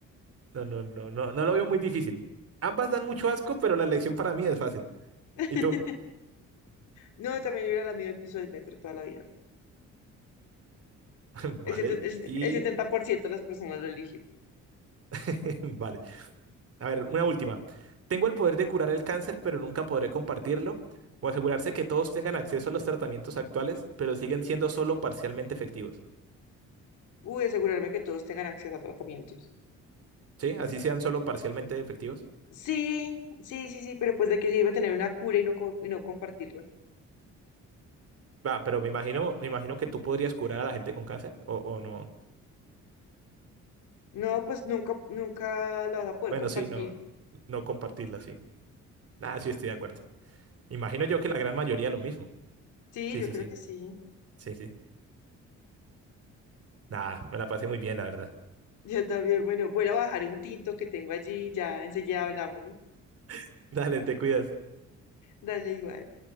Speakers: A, on the right; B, on the left.
A: No, no, no, no, no lo veo muy difícil. Ambas dan mucho asco, pero la elección para mí es fácil.
B: <laughs>
A: ¿Y tú?
B: No, también hubiera lamido el piso del metro toda la vida.
A: <laughs> Vale,
B: El 70, el set-
A: y
B: el 70% de las personas lo eligió.
A: <laughs> vale. A ver, una última. Tengo el poder de curar el cáncer, pero nunca podré compartirlo o asegurarse que todos tengan acceso a los tratamientos actuales, pero siguen siendo solo parcialmente efectivos.
B: Uy, asegurarme que todos tengan acceso a tratamientos.
A: ¿Sí? Así sean solo parcialmente efectivos.
B: Sí, sí, sí, sí, pero pues de qué sirve tener una cura y no, co- y no compartirla.
A: Va, pero me imagino, me imagino que tú podrías curar a la gente con cáncer o, o no.
B: No, pues nunca, nunca la vas a poder
A: Bueno,
B: compartir.
A: sí, no, no compartirla, sí. Ah, sí, estoy de acuerdo. Imagino yo que la gran mayoría lo mismo.
B: Sí,
A: Sí,
B: yo
A: sí,
B: creo
A: sí.
B: que sí.
A: Sí, sí. Nada, me la pasé muy bien, la verdad.
B: Yo también, bueno, voy a bajar un tinto que tengo allí y ya enseguida hablamos.
A: <laughs> Dale, te cuidas.
B: Dale igual.